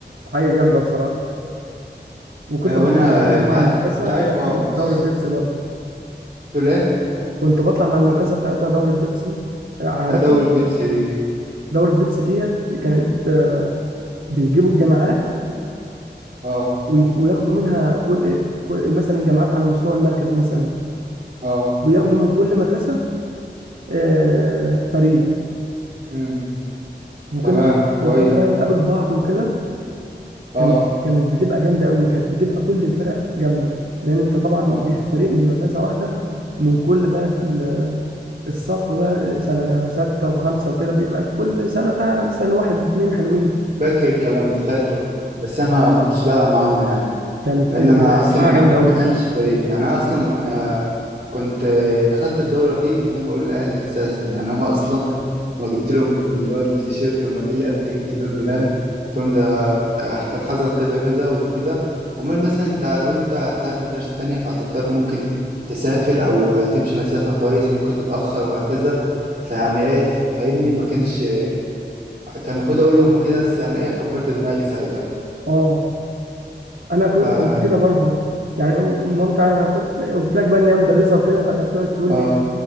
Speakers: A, on the right (about 85°); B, on the right (about 40°).
A: حاجة جامدة بصراحة وكنت
B: أه
A: بطلع
B: وانا
A: برضه
B: انت
A: مع
B: عارف
A: المدرسة
B: انت عارف
A: بتاعتنا
B: هو مش
A: دورة بيبسي برضه
B: تولاه
A: كنت بطلع مع المدرسة بتاعتنا دورة بيبسي عارفها
B: آه، دوري البيبسي دي
A: دورة بيبسي ديت كانت بيجيبوا الجامعات
B: اه
A: وي- وياخدوا منها كل كل- مثلا جامعات على مستوى المركز مثلا
B: اه
A: بياخدوا من كل مدرسة آه، فريق
B: امم
A: وكنا
B: تمام كويس
A: وكنا بقى نقابل بعض وكده
B: اه
A: كانت كانت بتبقى جامدة قوي كانت بتبقى كل الفرق جامدة لأن أنت طبعا
B: اه
A: جايب فريق من مدرسة واحدة ومن كل بقى ال- الصف بقى سنة ستة وخمسة وكده بيبقى كل سنة فيها مثلا واحد اتنين حلوين
B: فاكر الكلام ده فاكره بس انا ما كنتش بلعب معاهم يعني
A: كانت
B: لان
A: كانت
B: انا اصلا
A: حاجة
B: ما
A: جامدة
B: ما
A: قوي
B: كانش فريق يعني انا اصلا انا كنت دخلت الدوره دي من غير ما اقول لاهلي اساسا يعني هما اصلا لما جبت لهم بالواد التيشيرت والميداليه اللي قالت جبت دول منين قلت لهم ده كان حصل كذا كذا وكده امال مثلا انت لو انت هتلاعب مدرسه تانية فهتضطر ممكن تسافر او هتمشي مسافه كويسه ممكن تتاخر وهكذا فيعني ايه فاهمني ما كانش كان المفروض اقول لهم كده بس يعني ايه كبرت دماغي ساعتها
A: اه أنا كنت
B: ف
A: كنت كده برضه يعني مامتي أنا كنت قلت لك بقى إن هي مدرسة وكده فكانت تقعد تقول
B: اه
A: لي